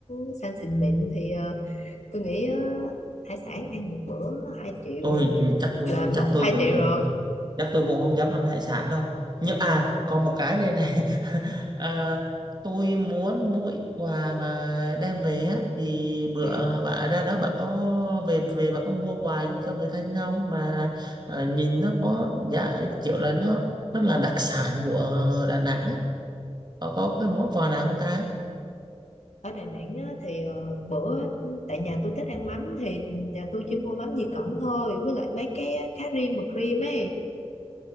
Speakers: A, on the left; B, on the right.
A: uh, sang xịn mịn thì ờ, tôi nghĩ ờ, hải sản ăn một bữa hai triệu
B: tôi chắc
A: là mất
B: chắc tôi
A: 2
B: cũng
A: triệu rồi
B: chắc tôi cũng không dám ăn hải sản đâu nhưng à còn một cái này này <laughs> à, tôi muốn mua ít quà mà đem về á thì bữa
A: ừ.
B: bà ra đó bà có về về bà có mua quà cho người thân không mà à, nhìn nó có giá kiểu là nó nó là đặc sản của Đà Nẵng á có có cái món quà nào không ta
A: ở Đà Nẵng á, thì ờ, bữa tại nhà tôi thích ăn mắm thì nhà tôi chỉ mua mắm Di Cẩn thôi với lại mấy cái cá rim mực rim ấy